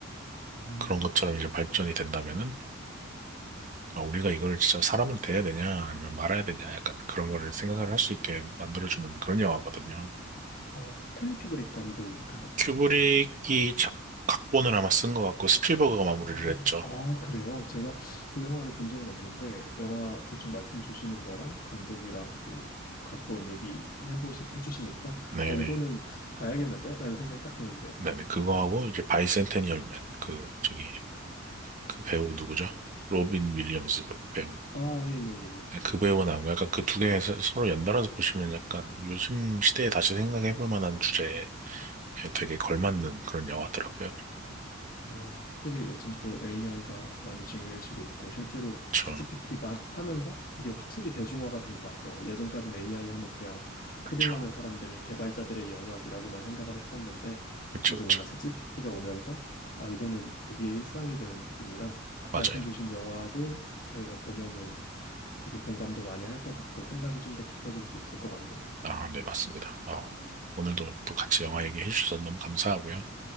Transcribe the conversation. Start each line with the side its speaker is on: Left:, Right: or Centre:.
Left: 음,
Right: 그런 것처럼 이제 발전이 된다면은 아, 우리가 이걸 진짜 사람으로 대해야 되냐 아니면 말아야 되냐 약간 그런 거를 생각을 할 수 있게 만들어주는 그런 영화거든요.
Left: 어, 스탠리 큐브릭 감독인가요?
Right: 큐브릭이 작, 각본을 아마 쓴 것 같고 스필버그가 마무리를
Left: 어,
Right: 했죠.
Left: 아, 그래요? 제가 그 영화를 본 적은 없는데, 영화 대충 말씀 주시는 거랑 감독이랑 또 각본 얘기해보신, 해주시니까,
Right: 네네.
Left: 어, 이거는 봐야겠는데? 라는 생각이 딱 드는데요.
Right: 네네. 그거하고 이제 바이센테니얼맨 그 저기 그 배우 누구죠? 로빈 윌리엄스 배- 배우.
Left: 아, 예, 예, 예, 예.
Right: 네, 그 배우가 나온 거 약간 그 두 개 서로 연달아서 보시면 약간 요즘 시대에 다시 생각해 볼 만한 주제에 되게 걸맞는 그런 영화더라고요.
Left: 어, 확실히 요즘 또 AI가 많이 중요해지고 있고 실제로
Right: 그쵸.
Left: 챗GPT 막 하면서 이게 확실히 대중화가 된 것 같아요. 예전까지는 AI 하면 그냥
Right: 그쵸.
Left: 코딩하는 사람들의 개발자들의 영역이라고만 생각을 했었는데
Right: 그쵸.
Left: 이제
Right: 그쵸.
Left: 뭔가 챗GPT가 오면서 아 이거는 우리의 일상이 되는 느낌이라
Right: 맞아요.
Left: 말씀 주신 영화도 저희가 보면은 되게 공감도 많이 할 것 같고 생각이 좀 더 깊어질 수 있을 것 같네요.
Right: 아, 네, 맞습니다. 어, 오늘도 또 같이 영화 얘기해 주셔서 너무 감사하고요.